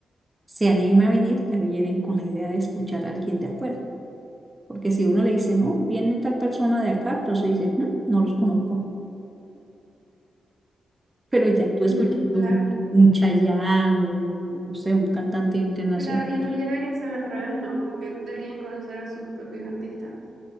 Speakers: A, on the right; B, on the right.
A: se anime a venir, ya vienen con la idea de escuchar a alguien de afuera. Porque si uno le dice, no, viene tal persona de acá, entonces dice, "Mm, no los conozco. Pero ya tú escuchando
B: ujú, Claro,
A: un, un Chayanne, un, no sé, un cantante internacional.
B: claro. Y en realidad debería ser al revés, ¿no? Como que deberían conocer a sus propios artistas.